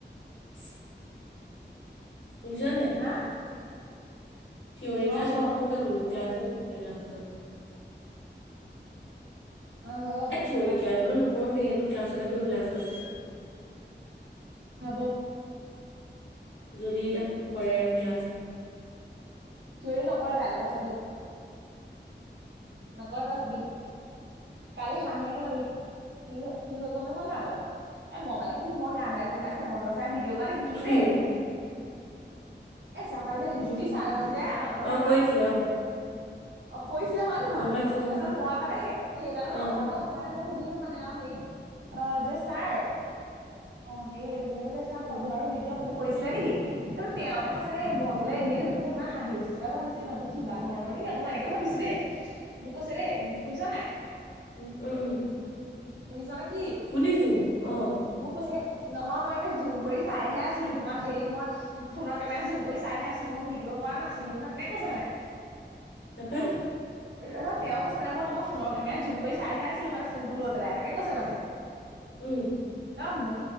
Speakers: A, on the left (about 80°); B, on the right (about 75°).
A: <inaudible> শুনিছ নে নাই?
B: হা
A: থিয়ৰি
B: অ
A: ক্লাছ
B: ক
A: নকৰোঙে বলো ক্লাছ এ লাষ্টত।
B: অ হব
A: এ থিয়ৰী
B: নালাগে।
A: ক্লাছ বোলো নকৰোগে সেইটো ক্লাছকে কৰিম লাষ্টত।
B: হব।
A: যদি এতিয়া কৰে আৰু ক্লাছ
B: থিয়ৰি নকৰে কাইলৈ তই চাবি। নকৰে তই চাবি, কালি হাঁহি কি কি হল গম পাইছ না তই? এ মই মানে কি মই গান গাই থাকোতে চেমন্ত ছাই ভিডিঅ' কোৱা দেখিছিলো
A: কি
B: দেই। এ আছে আমাৰ যে হিষ্ট্ৰী
A: উম
B: ছাৰজন যে আমাৰ লগত
A: অ
B: ভাল
A: কৰিছিলে অ
B: অ কৈ সেইবিলাক হয় নহয়
A: গম পাইছো
B: তাৰপাছত মই মানে সেইকাৰণে
A: অ
B: নাম্বাৰটো আছে কাৰণে মই সুধিলো মানে হেই অ যে ছাৰ অ সেই এইটো বুলি ক যে চা
A: অ
B: ফটো
A: উম
B: আৰু ভিডঅ' আপুনি কৈছিলে নেকি ত তেওঁৰ পৰা কৈছিল পিছত এই মই
A: উম
B: বোলে এনে আছোঁ মোৰ ইমান হাঁহি উঠছে বাৰু ইমানটো কিবা ধৰণৰেক আক মই এনেকা ভাবিছো দেই মোক কৈছে দেই
A: উম
B: শুনিছ নাই
A: উম উম উম
B: শুনিছা নে কি?
A: শুনিছো অ
B: মোক কৈছে নহয় মই এনেই জুম কৰি চাইহে আছিলো তোমাক হেৰি মই ফোনৰ কেমেৰাত জুম কৰি চাইহে আছিলো মই ভিডিঅ' কৰা নাছিলো নহয় তেনেকে কৈছে মানে
A: আপা
B: ৰহ তেওঁ কৈছে মানে মই তোমাক ফোনৰ কেমেৰাত জুম কৰি চাইহে আছিলো মানে ফোনটো লৈ পেলাই এনেকে কৈছে মানে
A: উম
B: ত মই